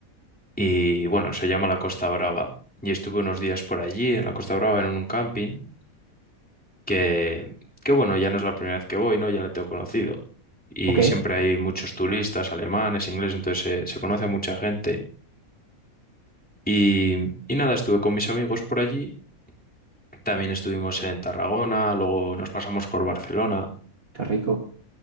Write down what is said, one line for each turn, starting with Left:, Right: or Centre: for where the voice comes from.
Centre: y bueno, se llama la Costa Brava. Y estuve unos días por allí, en la Costa Brava, en un camping, que, que bueno, ya no es la primera vez que voy, ¿no? Ya le tengo conocido. Y
Right: ok, qué
Centre: siempre hay muchos turistas, alemanes, ingleses, entonces se, se conoce a mucha gente. Y, y nada, estuve con mis amigos por allí. También estuvimos en Tarragona, luego nos pasamos por Barcelona.
Right: rico.